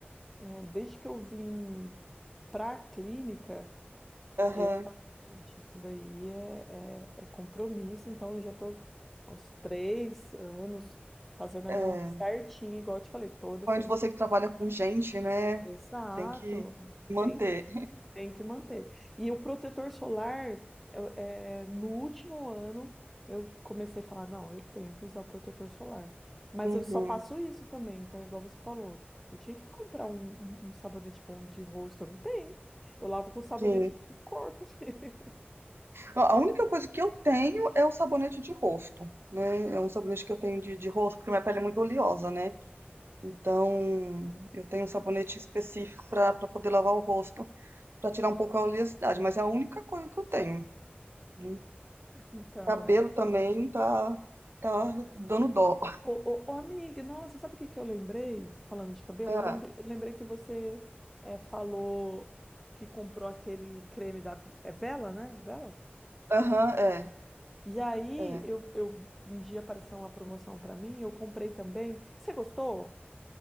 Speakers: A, in the centre; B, on the right (about 75°).
A: é, desde que eu vim para a clínica,
B: Aham,
A: eu falei, gente, isso daí é, é, é compromisso, então eu já tô há uns três anos fazendo a
B: é,
A: minha unha certinha, igual eu te falei, toda
B: principalmente
A: segunda.
B: você que trabalha com gente, né?
A: Exato.
B: Tem que manter.
A: Tem Tem que manter. E o protetor solar, eu- é, no último ano, eu comecei a falar, não, eu tenho que usar o protetor solar. Mas
B: Uhum,
A: eu só faço isso também, então, igual você falou, eu tinha que comprar um, um- um sabonete bom de rosto, eu não tenho. Eu lavo com sabonete
B: sim.
A: de corpo. <laughs>
B: A a única coisa que eu tenho é o sabonete de rosto, né? É um sabonete que eu tenho de, de rosto, porque minha pele é muito oleosa, né? Então, eu tenho um sabonete específico para poder lavar o rosto, para tirar um pouco a oleosidade, mas é a única coisa que eu tenho. né?
A: Então,
B: Cabelo
A: é.
B: também tá, tá dando dó.
A: Ô, ô, ô, amiga, nossa, sabe o que que eu lembrei? Falando de cabelo,
B: Ah,
A: eu lembrei, eu lembrei que você é, falou que comprou aquele creme da é vela, né? Vela?
B: Aham, é,
A: E aí,
B: é.
A: eu, eu- um dia apareceu uma promoção para mim, eu comprei também. Você gostou?